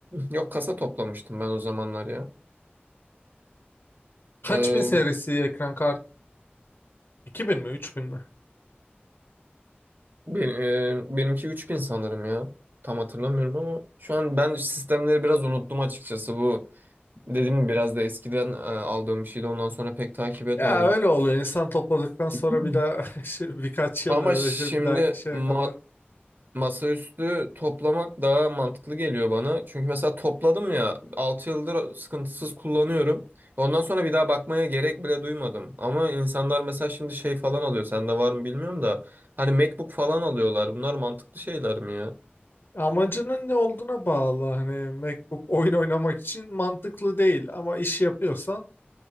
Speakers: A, on the right; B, on the left.
A: Yok kasa toplamıştım ben o zamanlar ya.
B: Kaç
A: Ee,
B: bin serisi ekran kartı? iki bin mi 3000 mi?
A: ben, e, benimki 3000 sanırım ya. Tam hatırlamıyorum ama şu an ben sistemleri biraz unuttum açıkçası. Bu dediğim gibi biraz da eskiden e, aldığım bir şeydi. Ondan sonra pek takip etmedim.
B: Ya öyle oluyor insan topladıktan sonra
A: Hı.
B: bir daha <laughs> işte birkaç yıl
A: Ama
B: ya
A: şimdi
B: da işte bir dahaki şeye
A: ma-
B: kadar.
A: Masaüstü toplamak daha mantıklı geliyor bana. Çünkü mesela topladım ya 6 yıldır sıkıntısız kullanıyorum. Ondan sonra bir daha bakmaya gerek bile duymadım. Ama insanlar mesela şimdi şey falan alıyor. Sende var mı bilmiyorum da. Hani MacBook falan alıyorlar. Bunlar mantıklı şeyler mi ya?
B: Amacının ne olduğuna bağlı hani MacBook oyun oynamak için mantıklı değil ama iş yapıyorsan